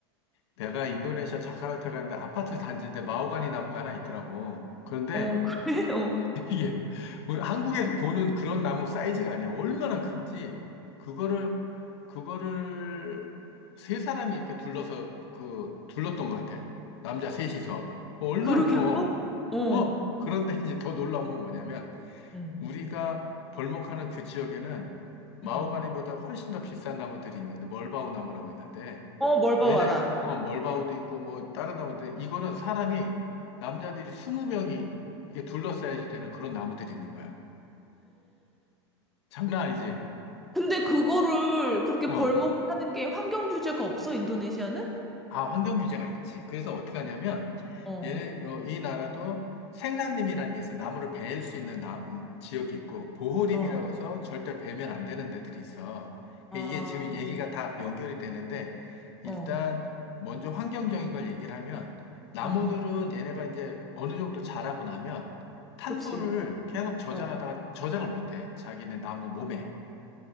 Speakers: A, on the left; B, in the centre.
A: 내가 인도네시아 자카르타 갔는데 아파트 단지인데 마호가니 나무가 하나 있더라고. 그런데
B: 어, <laughs> 그래? 어.
A: <laughs> 이게 우리 한국에서 보는 그런 나무 사이즈가 아니야. 얼마나 큰지 그거를 그거를 세 사람이 이렇게 둘러서 그 둘렀던 것 같아. 남자 셋이서 어, 얼마나
B: 그렇게
A: 커.
B: 커? 어,
A: 어 그런데 이제 더 놀라운 건 뭐냐면
B: 음,
A: 우리가 벌목하는 그 지역에는 마호가니보다
B: 음.
A: 훨씬 더 비싼 나무들이 있는데 멀바우 나무라고 있는데
B: 어, 뭘 봐,
A: 얘네,
B: 와라, 알아.
A: 어, 멀바우도 있고, 뭐, 다른 나무들, 이거는 사람이, 남자들이 20명이 이게 둘러싸야지 되는 그런 나무들이 있는 거야. 장난 아니지?
B: 근데 그거를
A: 와,
B: 그렇게
A: 어.
B: 벌목 하는 게 환경 규제가 없어, 인도네시아는?
A: 아, 환경 규제가 있지. 그래서 어떻게 하냐면,
B: 어,
A: 얘네, 어, 이 나라도 생산림이라는 게 있어. 나무를 베일 수 있는 나- 음, 지역이 있고, 보호림이라고
B: 어,
A: 해서 절대 베면 안 되는 데들이 있어. 그러니까
B: 아,
A: 이게 지금 얘기가 다 연결이 되는데, 일단
B: 어,
A: 먼저 환경적인 걸 얘기를 하면, 나무들은
B: 응
A: 얘네가 이제 어느 정도 자라고 나면 탄소를
B: 그치. 어,
A: 계속 저장하다가
B: 어.
A: 저장을 못 해. 자기네 나무 몸에.